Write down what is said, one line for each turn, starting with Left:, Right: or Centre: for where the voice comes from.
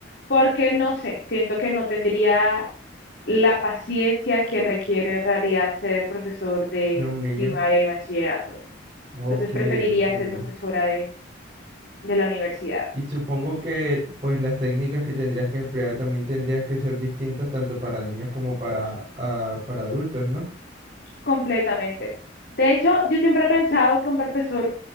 Left: porque no sé, siento que no tendría la paciencia que requiere en realidad ser profesor de
Right: de un niño.
Left: primaria y bachillerato.
Right: Ok,
Left: Entonces preferiría
Right: entiendo.
Left: ser profesora de, de la universidad.
Right: Y supongo que pues las técnicas que tendrías que emplear también tendrían que ser distintas tanto para niños como para, ah, para adultos, ¿no?
Left: Completamente. De hecho, yo siempre he pensado que un profesor